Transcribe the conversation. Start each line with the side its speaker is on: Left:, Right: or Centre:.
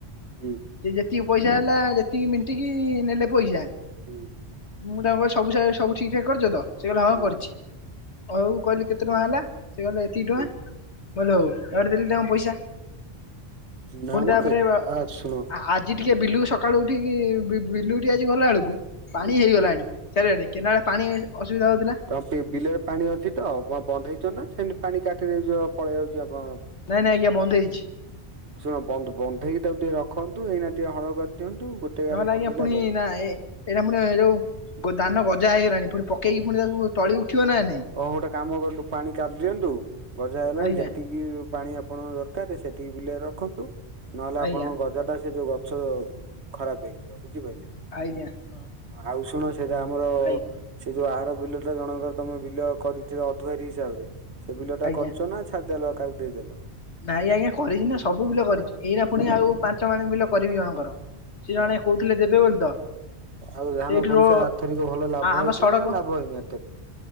Right: ହୁଁ
Left: ଯେ ଯେତିକି ପଇସା ହେଲା ଯେତିକି ମଣ୍ଟିକି ନେଲେ ପଇସା।
Right: ହୁଁ।
Left: ମୁଁ ତାଙ୍କୁ କହିଲି ସବୁ ସବୁ ଠିକ ଠାକ୍ କରିଛ ତ ସେ କହିଲେ ହଁ
Right: ହୁଁ
Left: କରିଛି ଆଉ କହିଲେ କେତେ ଟଙ୍କା ହେଲା ସେ କହିଲ ଏତିକି
Right: ହୁଁ
Left: ଟଙ୍କା ବ ହଉଡେ ଦେଲେ ତାଙ୍କ ପଇସା
Right: ନା
Left: ପୁଣି
Right: ମ
Left: ତାପରେ
Right: ଏତେ
Left: ଆ
Right: ଶୁଣ
Left: ଆ ଟିକିେ ବିଲୁ ସକାଳୁ ଉଠିକି ବିଲୁ ଟିକି ଆଜି ଗଲା ବେଳକୁ
Right: ହୁଁ
Left: ପାଣି ହେଇଗଲାଣି ଚାରିଆଡେ କେନାଡେ ପାଣି ଅସୁବିଧା ହଉଥିଲା
Right: ତ ବିଲରେ ପାଣି ଅଛି ତ? ବନ୍ଦ ହେଇଛ ନା ସେମିତି ପାଣି କାଠିରେଛ ପଳେଇ ଯାଉଛି ଆପ
Left: ନାଇଁ ନାଇଁଜ୍ଞା ବନ୍ଦ ହେଇଛି
Right: ଶୁଣ ବ ବନ୍ଧେଇକି ତାକୁ ଟିକେ ରଖନ୍ତୁ ଏଇନା ଟିକେ ହଳ କରିଦିଅନ୍ତୁ ଗୋଟେ ଗାର
Left: ନହେ ଆଞା
Right: ପକେଇଲା
Left: ପୁଣି
Right: ପରେ
Left: ନା ଏ ଏଇଟା ପୁଣି ଏ ଯୋଉ ଦାନ ଗଜା ହେଇଗଲାଣି ପୁଣି ପକେଇକି ପୁଣି ତାକୁ ତଳି ଉଠିବ ନା ନାଇଁ
Right: ହଁ ଗୋଟେ କାମ କରୁ ପାଣି କାଟିିଦିଅନ୍ତୁ ଗଜା ହେଇଗଲାଣି
Left: ଆଜ୍ଞା
Right: ଯେତିକି ପାଣି ଆପଣଙ୍କ ଦରକାର ସେତିିକି ବିଲରେ ରଖନ୍ତୁ ନହେଲେ
Left: ଆଜ୍ଞା
Right: ଆପଣଙ୍କ ଗଜା ଟା ସେ ଯୋଉ ଗଛ ଖରାପ ହେଇଯିବ ବୁଝିପାରିଲେ
Left: ଆଜ୍ଞା ହଁ
Right: ଆଉ ଶୁଣ ସେଟା ଆମର
Left: ଆଜ୍ଞା
Right: ସେ ଯୋଉ ଆର ବିଲଟା ଜଣଙ୍କର ତମେ ବ ବିଲ କରିଥିଲ ଅଧଆାରୀ ହିସାବରେ ସେ ବିଲ ଟା
Left: ଆଜ୍ଞା
Right: କରୁଚ ନାଛଡ଼ିଦେଲ କାହାକୁ ଦେଇଦେଲ।
Left: ନାଇଁ ଆଜ୍ଞା କରିଛି ନା ସବୁ ବିଲ କରିଛି ଏଇ ନା ପୁଣି ଆଉ ପାଞ୍ଚ ମଣ ବିଲ କରିବି କଣଙ୍କର ସେ ଜଣ
Right: ଓହୋ
Left: କହୁଥିଲେ ଦେବେ ବୋଲି ତ
Right: ଆଉ ଧାନ
Left: ସେଇଠି
Right: ପଇସା
Left: ରୋ
Right: ଆର୍ଥରିକ ଭଲ ଲାଭ
Left: ଆମ
Right: ହେଇଥିଲା
Left: ସଡ଼କ
Right: ନା ଲାଭ ହେଇନି ଏଥରିକ